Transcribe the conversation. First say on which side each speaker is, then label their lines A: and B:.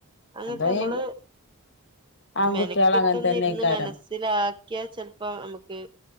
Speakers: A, on the right (about 20°); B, on the left (about 55°).
A: അങ്ങിട്ട്
B: അതോ
A: നമ്മള്
B: ഈ ആൺകുട്ടികൾ
A: മെനക്കെട്ടുന്ന
B: അങ്ങനെ തന്നെക്കാരം
A: ഇരുന്ന് മനസ്സിലാക്ക ചപ്പോ നമുക്ക്